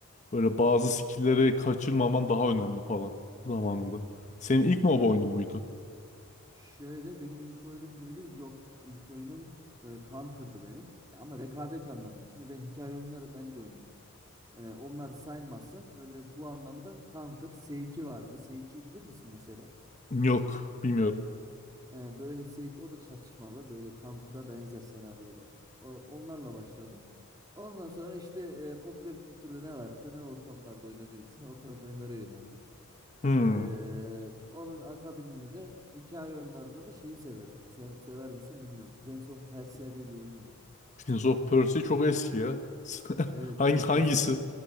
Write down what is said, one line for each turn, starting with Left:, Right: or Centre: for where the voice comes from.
Left: Böyle bazı skill'leri kaçırmaman daha önemli falan zamanında. Senin ilk MOBA
Right: He,
Left: oyunun muydu?
Right: Şöyle benim ilk oyunum muydu? Yok. İlk oyunum e, Counter'dı benim. Ama rekabet anlamında. Şimdi ben hikaye oyunları ben de oynuyordum. E, onları saymazsak böyle bu anlamda Counter S2 vardı. S2'yi bilir misin mesela?
Left: Yok, bilmiyorum.
Right: E, böyle S2 o da çatışmalı. Böyle Counter'a benzer senaryoları. O- onlarla başladım. Ondan sonra işte e, popüler kültürde ne varsa ne ortamlarda oynanıyorsa o tarz oyunlara yöneldik.
Left: Hmm.
Right: Ee, onun akabinde de hikaye oyunlarında da şeyi severim. Sen sever misin bilmiyorum. Prince of Persia diye bir oyun var.
Left: Prince of Persia çok eski ya. <laughs>
Right: Evet
Left: Hangi
Right: çok
Left: hangisi?
Right: eski.